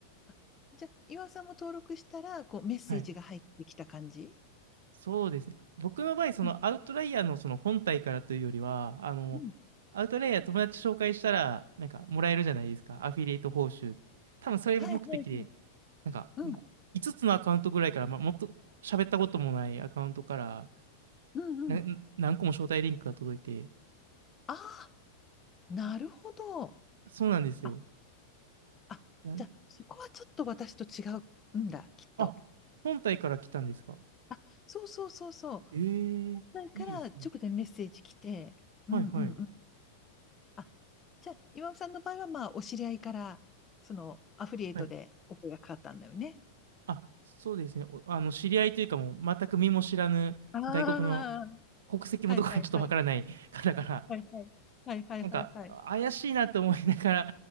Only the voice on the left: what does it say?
あじゃあ、岩尾さんも登録したら、こう、メッセージが入ってきた感じ
うん
うんうん
はいはいはい。
うん。
うんうん。
ああ、なるほど。
あ、あ、
じゃあ、そこはちょっと私と違うんだ、きっと。
あ、そうそうそうそう。
だから直でメッセージ来て、うんうんうん。
あ、じゃあ、岩尾さんの場合は、まあ、お知り合いから、その、アフリエイトでお声がかかったんだよね。
ああ、
はいはいはい。
はいはい。はいはいはいはい。